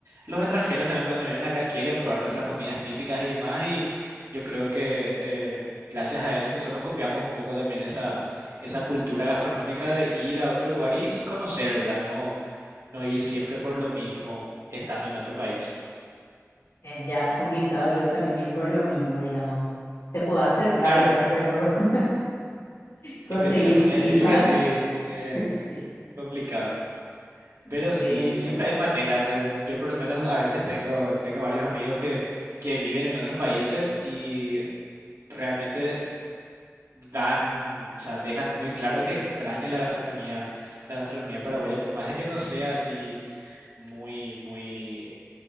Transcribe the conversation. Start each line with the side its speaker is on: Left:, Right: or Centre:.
Right: los extranjeros también cuando vienen acá quieren probar nuestras comidas típicas y demás, y yo creo que eh, gracias a eso nosotros copiamos un poco también esa, esa cultura gastronómica de ir a otro lugar y, y conocer, ¿verdad? No, no ir siempre por lo mismo estando en otro país.
Left: eh, ya complicado luego también ir por lo mismo, digamos. Te puedo acercar,
Right: Claro,
Left: ¿verdad?
Right: que
Left: Pero <laughs> conseguir
Right: en cuestión de comidas
Left: chipa,
Right: típicas sí, eh,
Left: <laughs> sí,
Right: complicado. Pero
Left: sí,
Right: sí, siempre hay maneras. eh, Yo por lo menos a veces tengo, tengo varios amigos que, que viven en otros países y realmente dan, o sea, dejan muy claro que extrañan la gastronomía, la gastronomía paraguaya, por más de que no sea así muy, muy,